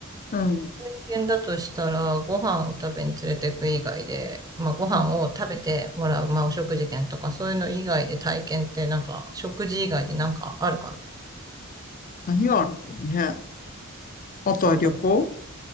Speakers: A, on the left; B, on the right.
A: うん。
B: 体験だとしたら、ご飯を食べに連れてく以外で、まあ、ご飯を食べてもらう、
A: な
B: まあ、お食事券とか、そういうの以外で体験って、なんか、食事以外でなんかあるかな。
A: 何があるんだろうね。あとは旅行
B: まあ、だ